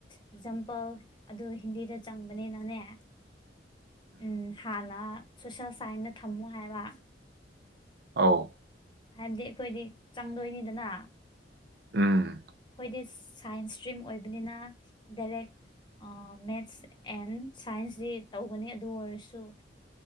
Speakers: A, on the left; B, on the right.
A: ꯑꯦꯛꯖꯥꯝꯄꯜ ꯑꯗꯨ ꯍꯤꯟꯗꯤꯗ ꯆꯪꯕꯅꯤꯅꯅꯦ
B: <inaudible>
A: ꯎꯝ ꯍꯥꯟꯅ ꯁꯣꯁꯦꯜ ꯁꯥꯏꯟꯁꯅ ꯊꯝꯃꯣ ꯍꯥꯏꯕ
B: ꯑꯧ
A: ꯍꯥꯏꯕꯗꯤ ꯑꯩꯈꯣꯏꯗꯤ ꯆꯪꯗꯣꯏꯅꯤꯗꯅ
B: ꯎꯝ
A: ꯍꯥꯏꯗꯤ ꯁꯥꯏꯟꯁ ꯏꯁꯇ꯭ꯔꯤꯝ ꯑꯣꯏꯕꯅꯤꯅ ꯗꯥꯏꯔꯦꯛ ꯃꯦꯠꯁ ꯑꯦꯟ ꯁꯥꯏꯟꯁꯇ ꯇꯧꯒꯅꯤ ꯑꯗꯨ ꯑꯣꯏꯔꯁꯨ